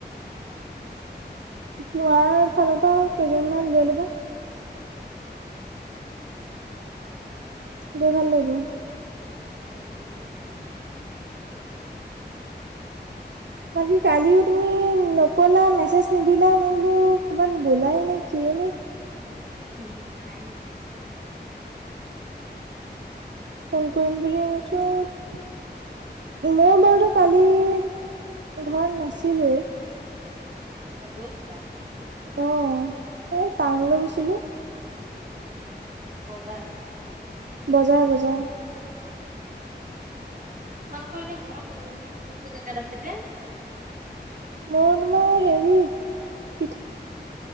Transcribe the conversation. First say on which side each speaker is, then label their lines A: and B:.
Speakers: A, on the right (about 50°); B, on the right (about 90°).
A: অ।
B: তোমাৰ ফালৰ পৰা কেইজনমান দিয়াই ল'বা। গৈ ভাল লাগিব।
A: তাকে ভাল লাগিব।
B: বাকী কালিওঁ তুমি নকলা, মেছেজ নিদিলা, মই বোলো কৰবাত গোলাই নে কি। <inaudible>
A: উম নাই‌।
B: ফোন কৰিম বুলি, তাৰপিছত মোৰ বাৰুতে কালি ঘৰত নাছিলেই।
A: ক'ৰবাত গৈছিলা?
B: অ এই টাউনলৈ গৈছিলো।
A: অ বজাৰ?
B: বজাৰ-বজাৰ।
A: তোমালোকৰ এনে ঘৰ কোন-কোনটো জেগাত আছিলে?
B: মই তোমাৰ হেৰিত